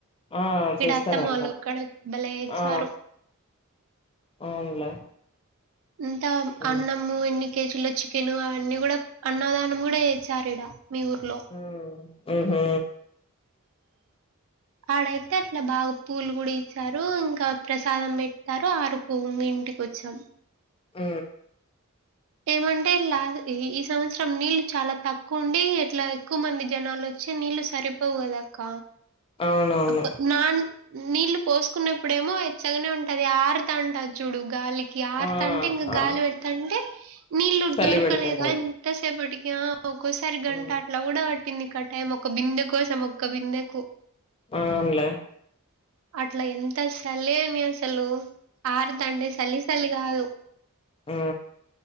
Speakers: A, on the left (about 25°); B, on the right (about 65°).
A: ఆ చేస్తారంట
B: ఇడత్తమ వల్లూరికాడ భలే యేచ్చారు
A: ఆ అవునులే
B: ఇంత
A: ఉమ్
B: అన్నము ఎన్ని కేజీలో చికెన్ అవన్నీ గూడ అన్నదానం కుడా యేచ్చరీడా మీ ఊర్లో
A: ఉమ్ ఉహు
B: ఆడైతే అట్లా బాగ్ పూలు గూడా ఇచ్చారు ఇంకా ప్రసాదం పెడతారు ఆరు ఊ మీ ఇంటికొచ్చాం
A: ఊ
B: ఏమంటే ఇల్లా ఇ ఈ సంవత్సరం నీళ్ళు చాలా తక్కువ ఉండి ఎట్లా క్కువ మంది జనాలొచ్చి నీళ్లు సరిపోవుగదక్క
A: అవునవును
B: అప్ నాన్ నీళ్లు పోసుకున్నప్పుడేమో ఎచ్చగనే ఉంటది ఆరుతంటాద్ జూడు గాలి క్యారుతంటే
A: ఆ
B: ఇంగ గాలి
A: ఆ
B: వెడతంటే నీళ్ళు
A: చలి
B: దొరకలేదన్
A: పెడుతుంటది
B: తసేపటికి ఆ ఒక్కోసారి గంట
A: ఉమ్
B: అట్లా గూడా వట్ కిందికి అటే మోక ఒక్క బిందె కోసం ఒక్క బిందెకు
A: ఆవునులే
B: అట్లా ఎంత చలే అని అసలు ఆరుదండే చలి చలి కాదు
A: ఊ